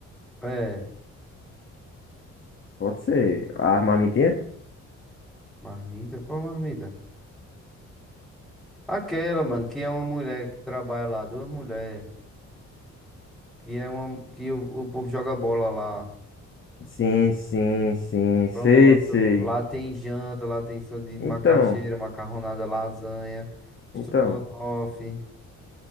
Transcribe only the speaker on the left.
Pode ser a armamentinha
Sim, sim, sim, sei,
sei.
Então,
então,